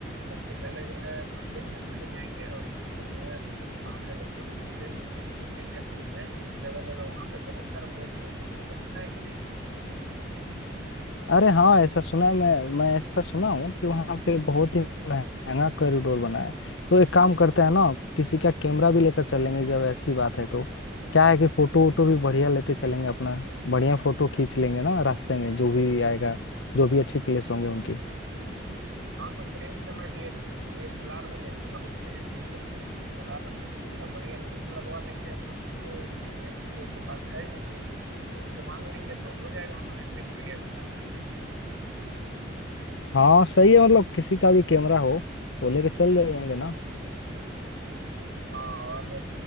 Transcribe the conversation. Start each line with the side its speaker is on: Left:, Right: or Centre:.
Right: सबसे पहले जो है मंदिर में चले जाएंगे और वहाँ पे जो है महाकालेश्वर मंदिर में जो है घूम लेंगे अच्छे से जगह जगह वहाँ पे बहुत सारा मूर्ति है तुमको पता है कि नहीं
Left: अरे हाँ ऐसा सुना है मैं मैं ऐसा सुना हूँ कि वहाँ पे बहुत ही महंगा कॉरिडोर बना है तो एक काम करते हैं ना किसी का कैमरा भी लेकर चलेंगे जब ऐसी बात है तो क्या है कि फोटो वोटो भी बढ़िया लेते चलेंगे अपना बढ़िया फोटो खींच लेंगे ना रास्ते में जो भी आएगा जो भी अच्छी प्लेस होंगे उनकी
Right: हाँ तो प्रिंस से मैं डीएल डीएसएलआर में ले लूंगा उसके लिए कोई दिक्कत नहीं है डीएसएलआर का बढ़िया लेंस लगवा लेंगे अपन तो प्रिंस के पास है ये चीज तो उससे मांग लेंगे तो हो जाएगा हमारे ट्रिप के लिए अच्छा है ना।
Left: हाँ सही है मतलब किसी का भी कैमरा हो तो लेके चल जाएंगे ना
Right: हाँ और